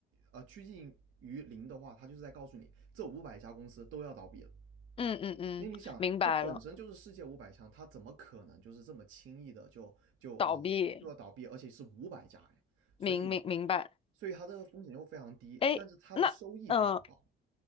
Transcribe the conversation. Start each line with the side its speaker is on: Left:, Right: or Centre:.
Right: 呃趋近于零的话，它就是在告诉你，这五百家公司都要倒闭了。
Left: 嗯嗯嗯，
Right: 那你想，
Left: 明白了，
Right: 这本身就是世界五百强，它怎么可能就是这么轻易的就就啊、
Left: 倒闭，
Right: 呃就就要倒闭？而且是五百家哎，所以
Left: 明明明白，
Right: 所以它这个风险就非常低，
Left: 哎，
Right: 但是它的收益非常高。
Left: 那嗯。呃